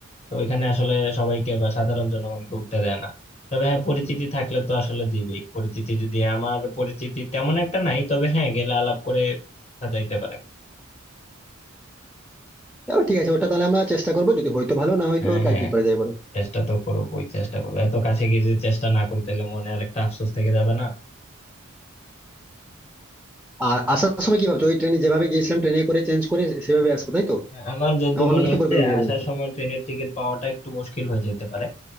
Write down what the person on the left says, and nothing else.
তো ওইখানে আসলে সবাইকে বা সাধারণ জনগণকে উঠতে দেয় না তবে হ্যাঁ পরিচিতি থাকলে তো আসলে দিবেই পরিচিতি যদি আমার পরিচিতি তেমন একটা নাই তবে হ্যাঁ গেলে আলাপ করে যাইতে পারে
হ্যাঁ হ্যাঁ
চেষ্টা তো করবোই চেষ্টা করবো এত কাছে গিয়ে যদি চেষ্টা না করি তাহলে মনে আর একটা আফসোস থেকে যাবে না
আমার যতদূর
মনে
হচ্ছে
আসার সময় ট্রেনের টিকিট পাওয়াটা একটু মুশকিল হয়ে যেতে পারে